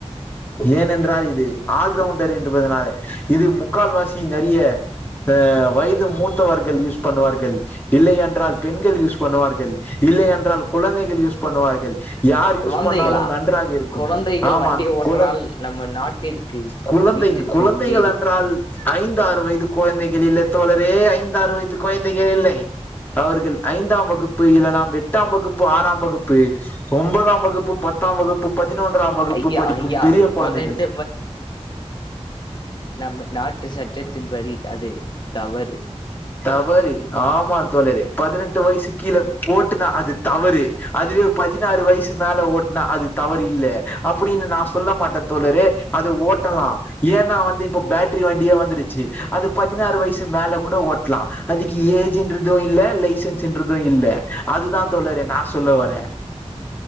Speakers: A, on the left (about 15°); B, on the left (about 40°).
A: ஏனென்றால் இது ஆல்ரவுண்டர் என்றுபதனால் இது முக்கால்வாசிநிறைய அ வயது மூத்தவர்கள் யூஸ் பண்ணுவார்கள் இல்லை என்றால் பெண்கள் யூஸ் பண்ணுவார்கள் இல்லயன் கொழந்தைகள் யூஸ் பண்ணுவார்கள் யார்
B: குழந்தைகளா
A: யூஸ் பண்ணாலும் நன்றாக இருக்கும்
B: குழந்தைகள்
A: ஆமா
B: வண்டி ஓட்டனால்
A: கொழ
B: நம்ம நாட்டிற்கு
A: குழந்தை
B: வீட்டிற்கு
A: குழந்தைகளன்றால்
B: கேடு
A: ஐந் ஆறு வயது குழந்தைகள் இல்லை தோழரே ஐந்து ஆறு வயது குழந்தைகள் இல்லை அவர்கள் ஐந்தாம் வகுப்பு இல்ல நா எட்டாம் வகுப்பு ஆறாம் வகுப்பு ஒன்பதாம் வகுப்பு பத்தா வகுப்பு பதினொன்றா வகுப்பு
B: ஐயா
A: படிக்கும்
B: ஐயா
A: பெரிய கொழந்தைகள்
B: பதினெட்டு இல்லை நாட்டு சட்டத்தின்படி அது தவறு
A: தவறி ஆமாந் தோழரே பதினெட்டு வயசு கீழ ஓட்டுனா அது தவறு அதுவே பதினாறு வயசு மேல ஓட்னா அது தவறு இல்ல அப்டினு நான் சொல்ல மாட்ட தோழரே அது ஓட்டலா ஏனா வந்து இப்ப பேட்டரி வண்டியே வந்துருச்சு அது பதினாறு வயசு மேல கூட ஓட் லா அதுக்கு ஏஜின்றது இல்ல லைசன்சுன்றது இல்ல அதுதா தோழரே நா சொல்ல வர